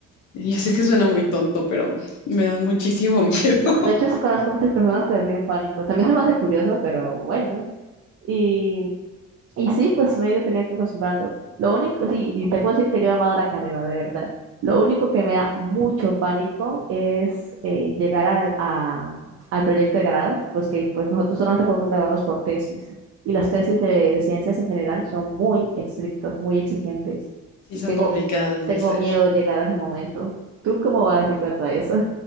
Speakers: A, on the left; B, on the right.
A: yo sé que suena muy tonto, pero me dan muchísimo miedo.
B: No,
A: <laughs>
B: de hecho, se- conozco muchas personas que les tienen pánico. También se me hace curioso, pero bueno. Y Y sí, pues me he ido teniendo que acostumbrando. Lo único, sí, y te puedo decir que yo he amado la carrera, de verdad. Lo único que me da mucho pánico es eh, llegar al, a- al proyecto de grado, pues que pues nosotros solamente podemos graduarnos por tesis. Y las tesis de, de ciencias en general son muy estrictas, muy exigentes.
A: Sí,
B: Y
A: son
B: tengo,
A: complicadas
B: tengo
A: de hacer.
B: miedo de llegar a ese momento. ¿Tú cómo vas en cuanto a eso?